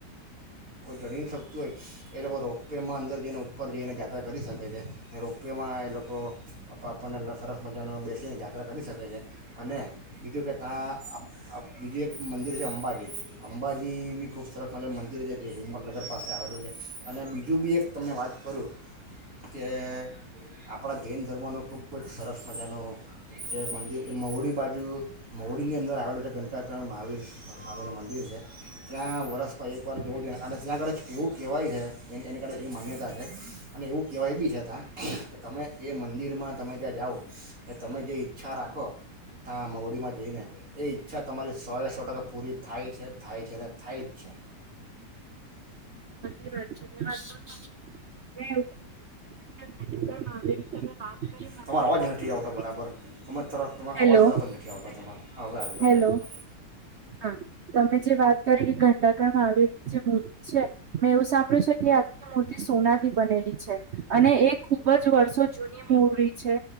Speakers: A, on the right; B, on the right.
A: ચડી ન શકતું હોય એ લોકો રોપેમાં અંદર જઈને ઉપર જઈને યાત્રા કરી શકે છે રોપવેમાં એ લોકો આપણને સરસ મજાનો બેસીને યાત્રા કરી શકે છે અને બીજું કે ત્યાં બીજું એક મંદિર છે અંબાજી અંબાજી બી ખો સરસ મજા મંદિર જે હિમત પાસે આવેલું છે અને બી જુબી એક તમને વાત કરુ કે આપણા જૈન ધર્મનું ખૂબ જ સરસ મજાનું જે મંદિર એ મવડી બાજુ મહડીની અંદર આવેલું છે ઘંટાકરણ મહાવીર સ્વામીનું મંદિર છે. ત્યાં વરસમાં એક વાર જવું જ અને ત્યાંગળે એવું કહેવાય છે. એ એની કારણે એવી માન્યતા છે અને એવું કહેવાય બી છે ત્યાં કે તમે એ મંદિરમાં તમે ત્યાં જાઓ અનેટ તમે જે ઈચ્છા રાખો ત્યાં મોડીમાં જઈને એ ઈચ્છા તમારી સોએ સો ટકા પૂરી થાય છે. થાય છે ને થાય જ છે.
B: <inaudible> પણ જોયું છે કે જે નાટકમાં આવેલી તમે વાત કરી મુંબઈમાં
A: તમારો અવાજ નથી
B: જે મૂર્તિ
A: આવતો બરાબર
B: છે
A: તમારો
B: હેલો
A: અવાજ બરાબર નથી આવતો તમારો હવે આવ્યો
B: હેલો
A: હવે આવ્યો
B: હા ત મે જે વાત કરી કે ઘંટાકરમાં આવેલી જે મૂર્તિ છે મેં એવું સાંભળ્યું છે કે આખી મૂર્તિ સોનાથી બનેલી છે અને એ ખુબ જ વર્ષો જૂની મૂરડી છે